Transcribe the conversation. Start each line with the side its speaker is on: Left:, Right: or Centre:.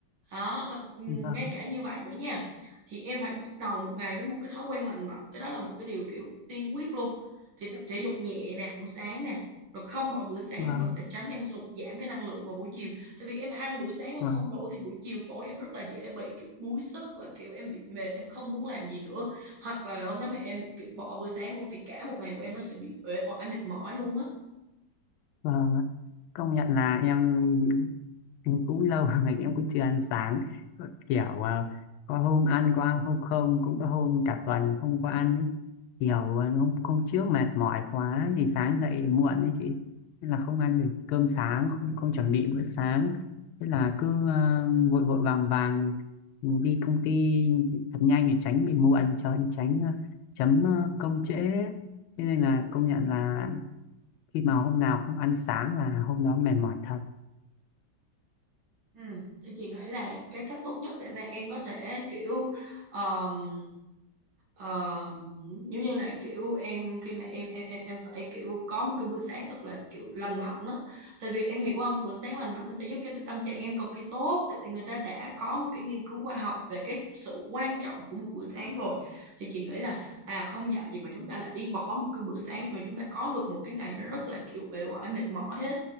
Right: đó và ừ, ngay
Left: Vâng,
Right: cả như vậy nữa nha thì em phải bắt đầu một ngày với một cái thói quen lành mạnh cái đó là một cái điều kiểu tiên quyết luôn thì tập thể dục nhẹ nè buổi sáng nè rồi không bỏ buổi sáng
Left: vâng,
Right: rồi để tránh em sụt giảm cái năng lượng vào buổi chiều tại vì em ăn buổi sáng mà
Left: vâng,
Right: không đủ thì buổi chiều tối em rất là dễ bị kiểu đuối sức và kiểu em bị mệt em không muốn làm gì nữa hoặc là hôm đó mà em kiểu bỏ bữa sáng luôn thì cả một ngày của em nó sẽ bị uể oải mệt mỏi luôn á
Left: vâng. ạ. Công nhận là em Em cũng lâu rồi <laughs> em cũng chưa ăn sáng Có kiểu à, có hôm ăn có ăn hôm không cũng có hôm cả tuần không có ăn ấy. kiểu à, hôm hôm trước mệt mỏi quá thì sáng dậy muộn ấy chị nên là không ăn được cơm sáng không không chuẩn bị bữa sáng thế là cứ à, vội vội vàng vàng ừ, đi công ty thật nhanh để tránh bị muộn cho tránh à, chấm à, công trễ thế nên là công nhận là khi mà hôm nào không ăn sáng là hôm đó mệt mỏi thật
Right: Ừ, thì chị nghĩ là cái cách tốt nhất để mà em có thể kiểu um, um, giống như là kiểu em khi mà em em em em phải kiểu có một cái bữa sáng thật là kiểu lành mạnh đó. Tại vì em hiểu không, bữa sáng lành mạnh nó sẽ giúp cho cái tâm trạng em cực kỳ tốt. Tại vì người ta đã có một cái nghiên cứu khoa học về cái sự quan trọng của một bữa sáng rồi. Thì chị nghĩ là à không dạy gì mà chúng ta lại đi bỏ một cái bữa sáng mà chúng ta có được một cái ngày nó rất là kiểu uể oải mệt mỏi hết